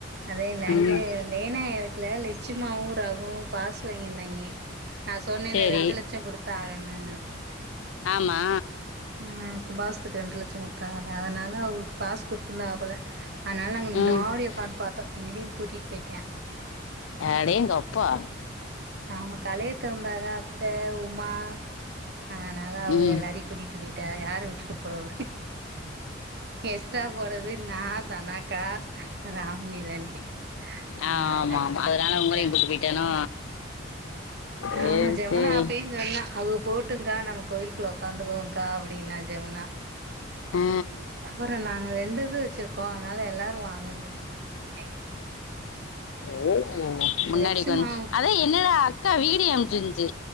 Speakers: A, on the right; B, on the left.
A: அதே ல அங்கேயே
B: ம்
A: லேனா வீத்துல லட்சுமாவு ரகுவு பாஸ் வாங்கிருந்தாய்ங்கே நா சொன்னேன்னு
B: சரி
A: ரெண்டு லட்சோ குடுத்தாகன்னு
B: ஆமா
A: ஆ வே கும்பாசுசத்துக்கு ரெண்டு லட்சோ குடுத்தா அதா அதனால அவுகளுக்கு பாஸ் குடுத்துருந்தாங்க போல அதுனால நாங்க முன்னாடி
B: ம்
A: உட்காந்து பாத்தோ எங்களையு கூட்டிட்டு போயிட்யா
B: அடேங்கப் பா
A: ஆமா கலையத்த வந்தாக அத்த உமா அதனால அவுக
B: ம்
A: எல்லாரயு கூட்டிட்டு போயிட்டாக யார விட்டுட்டு போறது எஷ்டா போறது நா தனாக்கா ராகுணி தானே அதனால
B: ஆ ஆமா
A: எல்லாரையு
B: ஆமா
A: கூட்டிட்டு
B: அதனால
A: போயிட்டா
B: உங்களையு கூட்டு போயிட்டானோ சரி
A: ஆமா ஜமுனா
B: சரி
A: அப்பயு சொன்னா அவுக போட்டுங்கா நம்ம கோயிலுக்குள்ள ஒக்காந்துக்குவோங்க்கா அப்டின்னா ஜமுனா
B: ஆ
A: அப்பறோ நாங்க ரெண்டு இது வச்சிருக்கோ அனால எல்லாரு வாங்கன்னு சொல்லி கூட்டிட்டு போயிட்டாய்ங்க
B: எதனா னானா முன்னாடி
A: லட்சுமா
B: உட்காந்து அதா என்னோட அக்கா வீடியோ அனுப்ச்சிருந்துச்சு